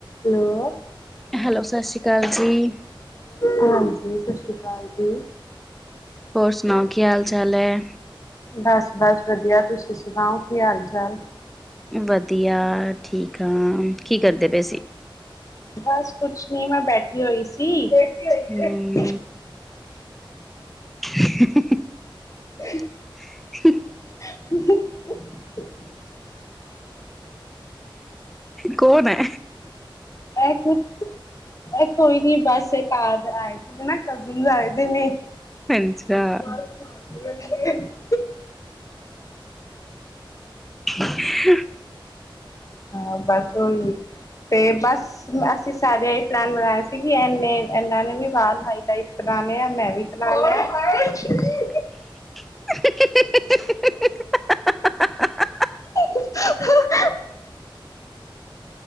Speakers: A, on the left; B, in the centre.
A: Hello
B: hello ਸਸ ਸ੍ਰੀ ਕਾਲ ਜੀ।
A: ਹਾਂਜੀ ਸਸ ਸ਼੍ਰੀ ਕਾਲ ਜੀ।
B: ਹੋਰ ਸੁਣਾਓ ਕੀ ਹਾਲ-ਚਾਲ ਐ?
A: ਬੱਸ-ਬੱਸ ਵਧੀਆਂ ਤੁਸੀਂ ਸੁਨਾਓ ਕੀ ਹਾਲ-ਚਾਲ?
B: ਵਧੀਆ ਠੀਕ ਆ ਕੀ ਕਰਦੇ ਪਏ ਸੀ?
A: ਬਸ ਕੁਛ ਨੀ ਮੈਂ ਬੈਠੀ ਹੋਈ ਸੀ ਇਹ
B: ਹੂੰ। <inaudible>
A: <inaudible>
B: <inaudible>
A: <inaudible>
B: ਕੋਨ ਐ।
A: ਐ ਕੁਛ ਐ ਕੋਈ ਨੀਂ ਬਸ ਏ ਘਰ ਆਏ ਮੇਰੇ ਨ ਕਜਨਜ ਆਏ ਨੇ <unintelligible>
B: ਅੱਛਾ <inaudible>
A: ਹਾਂ ਬਸ ਓਈ ਤੇ ਬਸ <unintelligible> ਅਸੀਂ ਸਾਰੇ ਈ ਪਲੈਨ ਬਣਾਏ ਸੀ ਕੀ ਐਨੇ ਏਨਾਂ ਵੀ ਵਾਲ ਹਾਈਲਾਈਟ ਕਰਾਨੇ ਆ ਮੈਂ ਵੀ। <unintelligible>
B: <inaudible>
A: <inaudible>